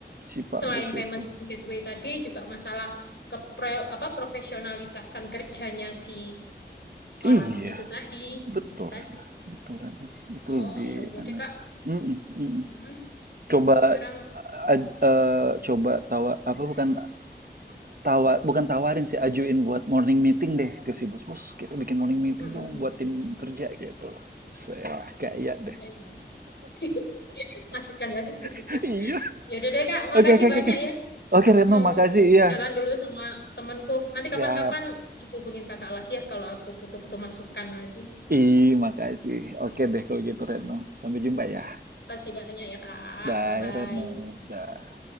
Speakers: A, on the right; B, on the left.
A: Si Pak
B: Selain
A: Bos
B: payment
A: itu.
B: gateway tadi juga masalah ke pre- apa profesionalitasan kerjanya si
A: Iya,
B: orang itu tadi, teman
A: betul
B: itu tadi.
A: Retno. Betul Retno. Itu
B: Oh,
A: lebih
B: ya udah
A: enak.
B: deh, Kak.
A: Mm-mm, mm-mm.
B: Mm,
A: Coba
B: aku sekarang
A: ad- eh, coba tawa apa bukan tawar bukan tawarin sih ajuin buat morning meeting deh ke si bos bos kita bikin morning meeting
B: mm, mm,
A: dong buat tim kerja gitu loh saya kayak
B: mm.
A: deh
B: Ya, ya. <laughs> Masukkan lagi sih,
A: <laughs>
B: Kak.
A: iya
B: Ya udah deh, Kak. Makasih
A: oke oke oke
B: banyak
A: oke
B: ya.
A: oke
B: Aku
A: Retno
B: mau
A: makasih iya
B: jalan dulu sama temanku. Nanti
A: siap
B: kapan-kapan aku hubungin Kakak lagi ya kalau aku butuh-butuh masukan lagi.
A: Ih, makasih. Oke deh kalau gitu Retno.
B: Mm.
A: Sampai jumpa ya.
B: Makasih banyak ya, Kak.
A: Bye
B: Bye-bye.
A: Retno. Dah.